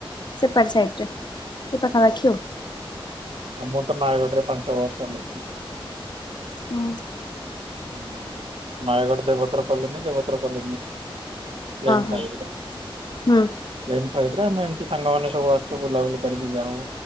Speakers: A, on the left; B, on the right.
A: ସେପାର ସାଇଟରେ, କି ପାଖା ପାଖିଉ
B: ଆମରତ ନୟାଗଡରେ ପାଞ୍ଚ ବର୍ଷ ରଇଛି।
A: ହଁ
B: ହଁ ନୟାଗଡ ଦେବତର କଲେନି, ଦେବତ ପ କଲ ଲାଇନ୍
A: ହଁ
B: ପାଇ
A: ହୁଁ
B: <unintelligible> କହିଲି ପା ଆମେ ଏମିତି ସାଙ୍ଗମାନେ ସବୁ ଆସୁ, ବୁଲାବୁଲି କରିକି ଯାଉ,